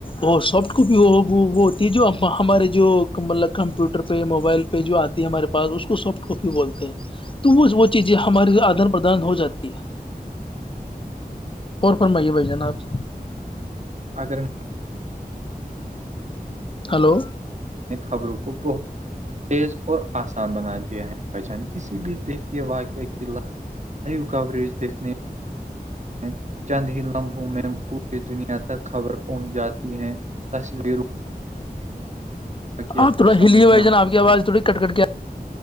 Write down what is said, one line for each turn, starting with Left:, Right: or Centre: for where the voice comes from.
Left: وہ سافٹ کاپی وہ وہ ہوتی ہے جو ہمارے جو مطلب کمپیوٹر پہ موبائل پ جو آتی ہے ہمارے پاس اس کو سافٹ کاپی بولتے ہیں تو وہ وہ چیزیں ہمارے لی آدان پرادان ہو جاتی ہے اور فرمائیے بھائی جان آج
Right: اگر
Left: ہلو
Right: نے خبروں کو بہت تیز اور آسان بنا دیا ہے بھائی جان کسی بھی دیکھیے کے واقعہ کی ل نیو کوریج دیکھنے میں چند ہی لمحوں میں پوری دنیا تک خبر پہنچ جاتی ہے تصویروں واقعہ
Left: آپ
Right: کو
Left: تھوڑا
Right: سمجھنا
Left: ہلیے بھائی جان آپ کی آواز تھوڑی کٹ کٹ کے